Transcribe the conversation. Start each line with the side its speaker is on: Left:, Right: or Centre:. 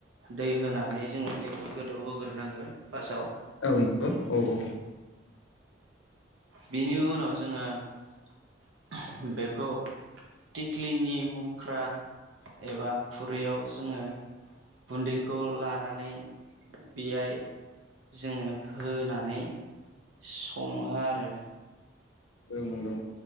Right: दै होनानै जोङो दैखौ गोदौहोग्रोनांगोन फार्स्टआव
Left: औ नंगौ औ औ
Right: बेनि उनाव जोङो बेखौ टिख्लिनि मुख्रा एबा खुरैयाव जोङो गुन्दैखौ लानानै बेहाय जोङो होनानै सङो आरो
Left: औ नंगौ